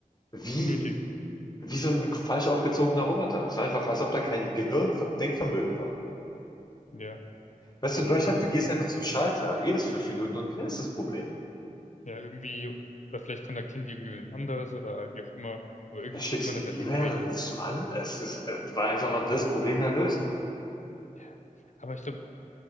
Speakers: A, on the left; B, on the left.
A: wie,
B: unnötig.
A: wie so ein falsch aufgezogener Roboter. Es war einfach, als ob da kein Gehirn-Denkvermögen war.
B: Ja,
A: Weißt
B: äh,
A: du, in Deutschland, du gehst einfach zum Schalter, redest fünf Minuten und klärst das Problem.
B: ja, irgendwie, oder vielleicht kontaktieren die irgendwie mit einem anderes oder wie auch immer, aber irgendwie
A: Da schickst
B: kriegt man
A: du
B: das
A: eine
B: ja
A: E-Mail,
B: schon geregelt.
A: rufst du an. Es ist, äh, war einfach mal das Problem dann lösen.
B: Ja. Aber ich glaube,